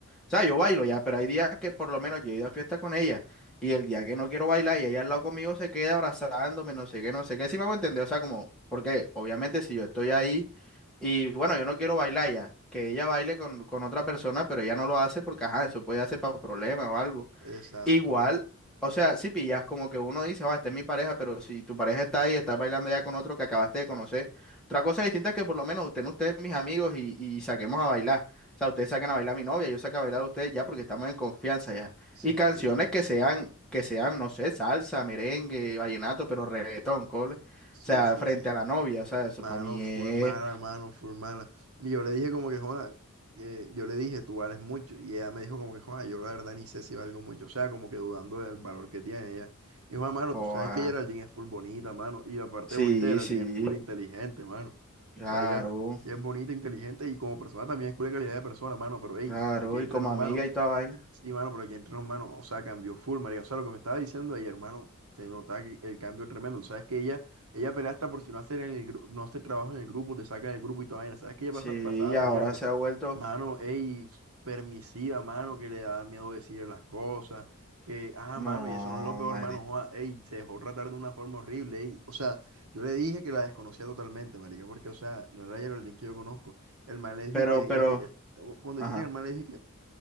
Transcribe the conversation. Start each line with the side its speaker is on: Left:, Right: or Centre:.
Centre: sea, yo bailo ya, pero hay días que por lo menos yo he ido a fiesta con ella y el día que no quiero bailar y ella al lado conmigo se queda abrazándome, no sé qué, no sé qué, si me hago entender, o sea, como, porque obviamente si yo estoy ahí y bueno, yo no quiero bailar ya, que ella baile con, con otra persona, pero ella no lo hace porque, ajá, eso puede hacer para problemas o algo.
Right: Exacto.
Centre: Igual, o sea, si pillas, como que uno dice, va, esta es mi pareja, pero si tu pareja está ahí, estás bailando ya con otro que acabaste de conocer. Otra cosa distinta es que por lo menos usted, no ustedes, mis amigos, y, y saquemos a bailar. O sea, ustedes saquen a bailar a mi novia, yo saco a bailar a ustedes ya porque estamos en confianza ya.
Right: Sí,
Centre: Y canciones
Right: sí, sí.
Centre: que sean, que sean, no sé, salsa, merengue, vallenato, pero reggaetón, cole. O
Right: Sí,
Centre: sea,
Right: sí,
Centre: frente
Right: sí.
Centre: a la novia, o sea, eso
Right: Mano,
Centre: para mí
Right: full
Centre: es.
Right: mala, mano, full mala. Y yo le dije como que, joda que yo le dije, tú vales mucho. Y ella me dijo como que, joda yo la verdad ni sé si valgo mucho. O sea, como que dudando del valor que tiene ella. Y Juan, mano,
Centre: joda.
Right: tú sabes que Geraldine es full bonita, mano. Y aparte
Centre: sí,
Right: de bonita, Geraldine
Centre: sí,
Right: es full inteligente, mano.
Centre: claro,
Right: O sea, ella, ella es bonita, inteligente y como persona también es cool de calidad de persona, mano. Pero, hey,
Centre: claro,
Right: aquí entre
Centre: y como
Right: nos,
Centre: amiga
Right: mano.
Centre: y toda vaina.
Right: Sí, mano, pero aquí entre nos, mano, o sea, cambió full, marica. O sea, lo que me estaba diciendo ahí, hermano, se notaba que el cambio tremendo. Tú sabes que ella, ella pelea hasta por si no hace, en el, gru- no hace trabajo en el grupo, te saca del grupo y toda vaina. Sabes que ella
Centre: Sí,
Right: pasa- pasaba
Centre: y ahora
Right: peleando.
Centre: se ha vuelto.
Right: Mano, ey, permisiva, mano, que le da miedo decir las cosas. Que, ah,
Centre: No,
Right: mano, y eso no es lo peor,
Centre: madre.
Right: mano, joa, ey, se dejó tratar de una forma horrible, ey. O sea, yo le dije que la desconocía totalmente, marica, porque, o sea, no era Geraldine que yo conozco. El man le
Centre: Pero,
Right: dijo y que,
Centre: pero,
Right: y que, eh, cuando
Centre: ajá.
Right: deciste que el man le dijo